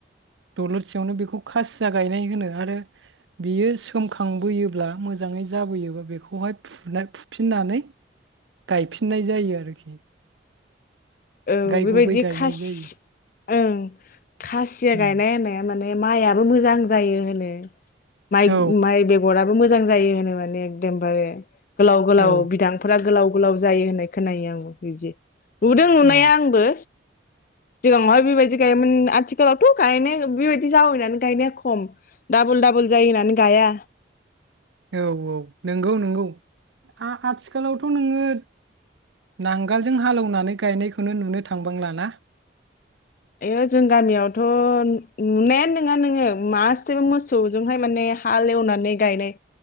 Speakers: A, on the right (about 85°); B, on the left (about 45°).
A: दलोरसेयावनो बेखौ खासिया गायनाय होनो आरो बियो सोमखांबोयोब्ला मोजाङै जाबोयोबा बेखौहाय फु फुफिननानै गायफिननाय जायो आरोखि।
B: औ
A: गाय
B: बेबायदि
A: गुबै गायनाय
B: खासि
A: जायो
B: ओं खासिया
A: उम।
B: गायनाया होननाया माने माइआ बी मोजां जायो होनो। माइ
A: औ
B: माइ बेगराबो मोजां मोजां जायो होनो माने एकदमबारे गोलाव गोलाव
A: औ
B: बिदांफोरा गोलाव गलाव जायो होननाय खोनायो आंबो बिदि नुदों <unintelligible>
A: औ
B: आंबो सिगाङावहाय बेबायदि गायोमोन आथिखालावथ' गायनाया बेबायदि जावैनानै गायनाया खम डाबोल डाबोल जायो होनानै गाया।
A: औ औ नंगौ नंगौ आथिखालावथ' नोङो नांगोलजों हालेवनानै गायनायखौनो नुनो थांबांला ना?
B: यो जों गामियावथ' नुनायानो नङा नोङो मासे मोसौजोंहाय माने हाल एवनानै गायनाय